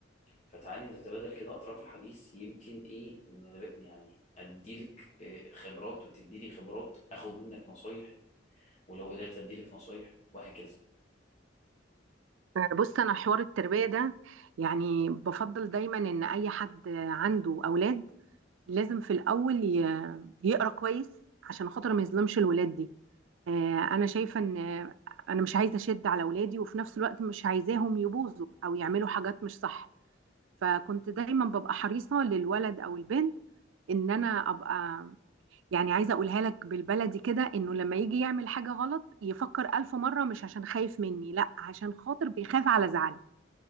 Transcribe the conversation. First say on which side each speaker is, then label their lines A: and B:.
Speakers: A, on the left; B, on the right.
A: فتعالي نتبادل كده أطراف الحديث يمكن إيه نب- يعني أديلك آه، خبرات وتديني خبرات أخد منك نصايح ولو قدرت أديلك نصايح وهكذا
B: بص انا حوار التربيه ده يعني بفضل دايما ان اي حد عنده اولاد لازم في الاول ي- يقرا كويس عشان خاطر ما يظلمش الولاد دي آه، انا شايفه ان آه، انا مش عايزه اشد على اولادي وفي نفس الوقت مش عايزاهم يبوظوا او يعملوا حاجات مش صح فكنت دايما ببقى حريصه للولد او البنت ان انا ابقى يعني عايزه اقولها لك بالبلدي كده انه لما يجي يعمل حاجه غلط يفكر الف مره مش عشان خايف مني لا عشان خاطر بيخاف على زعلي